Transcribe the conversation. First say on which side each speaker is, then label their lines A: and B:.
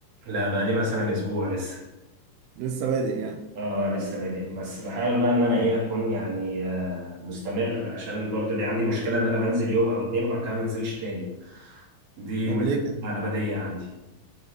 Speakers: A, on the right (about 50°); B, on the right (about 85°).
A: لا بقى لي مثلا اسبوع لسه
B: لسه بادئ يعني
A: اه لسه بادئ بس بحاول بقى ان انا ايه اكون يعني آه، مستمر عشان برضه دي عندي مشكلة ان انا بنزل يوم او اتنين وبعد كده ما انزلش تاني دي
B: طب
A: مشكلة
B: ليه
A: ابدية عندي